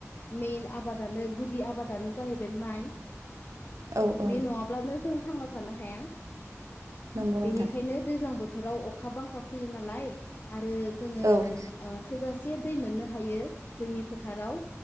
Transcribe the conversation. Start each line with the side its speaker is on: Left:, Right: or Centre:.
Left: मिन आबादानो गुदि आबादानो जाहैबाय माइ
Right: औ औ
Left: बे नङाब्लानो जों थांना थानो हाया
Right: नंगौ नोंथां
Left: बेनिखायनो दैज्लां बोथोराव अखा बांखा फैयो नालाय आरो जोङो
Right: औ आरो
Left: ओ थोजासे दै मोननो हायो जोंनि फोथाराव।